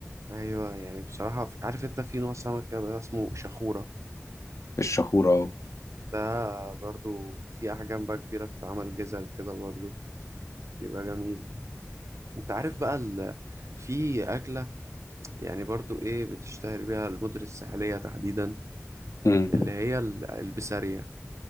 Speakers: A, on the right; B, on the left.
A: ايوه يعني بصراحة في... عارف انت في نوع سمك كده بقى اسمه شخورة
B: الشخوره اه
A: ده برضو في أحجام بقى كبيرة بتتعمل جزل كده برضو بيبقى جميل انت عارف بقى ال... في أكلة يعني برضو ايه بتشتهر بيها المدن الساحلية تحديدا
B: امم.
A: اللي هي ال- البسارية